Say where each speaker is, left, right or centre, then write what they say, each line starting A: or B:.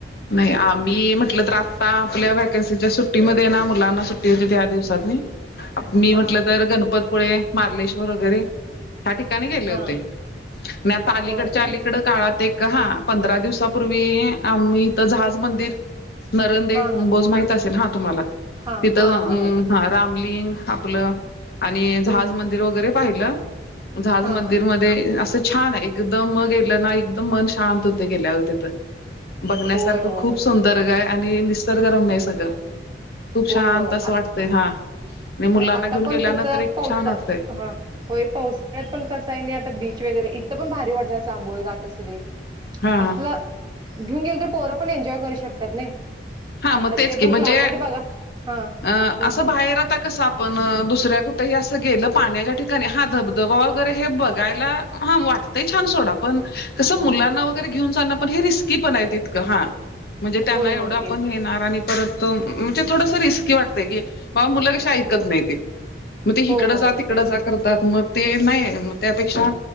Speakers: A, on the left; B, on the right.
A: नाही आम्ही म्हटलं तर आत्ता आपल्या व्हॅकन्सीच्या सुट्टीमध्ये ना मुलांना सुट्टी हो त्या दिवसात मी
B: हा
A: म्हटलं तर गणपतपुळे मार्लेश्वर वगैरे ह्या ठिकाणी गेले
B: हा
A: होते मी आता अलीकडच्या
B: होय काय
A: अलीकड काळात एक का हा पंधरा दिवसापूर्वी आम्ही इथ जहाज मंदिर नरंदे
B: हा हा
A: कूमबोज माहित असेल हा तुम्हाला
B: हा
A: तिथं
B: हा
A: अ
B: हा माहित आहे
A: हा रामलिंग आपलं आणि जहाज
B: हम्म हम्म
A: मंदिर वगैरे पाहिलं झाज
B: हा
A: मंदिरमध्येध्ये
B: हा
A: असं छान आहे एकदम गेलं ना एकदम मन शांत होते गेल्यावर तिथ बघ
B: होय
A: सारखं
B: होय
A: खूप सुंदरग आणि निसर्गरम नाही सगळं. खूप
B: होय
A: शछान
B: होय
A: तसं वाटतंय हा आणि मुलांना
B: आता
A: घेऊन
B: पण
A: गेल्यानंत
B: कसं
A: एक
B: पावसा
A: छान वाटतंय
B: हा होय पावसाळ्यात पण कस आहे नाही आता बीच वगैरे इथं पण भारी वाटतं चांबोळी घाट असुदे
A: हा
B: असलं
A: हा
B: घेऊन गेल तर पोरं पण एन्जॉय करू शकतात नाही.
A: हा
B: आता
A: मग तेच
B: ते
A: की
B: पण
A: म्हणजे
B: क्लायमेट बघा हा हम्म
A: अ असं
B: हम्म
A: बाहेर आता कसं आपण दुसऱ्या कुठेही असं गेलं पाण्याच्या ठिकाणी हा धबधबा वगैरे हे बघायला हा वाटतंय छान सोडा पण कसं मुलांना कुठेतरी घेऊन जाणं पण हे रिस्की पण आहे तितकं हा म्हणजे त्यांना
B: होय होय
A: एवढ आ
B: ते
A: नेणार परत म्हणजे थोडस रिस्की वातय की बाबा मुलं कशी
B: हो
A: ऐकत नाही ते मग ते हिकड
B: हो हो
A: जा तिकडं
B: ते पण
A: जा
B: आहे
A: करतात मग ते नाही म त्यापेक्षा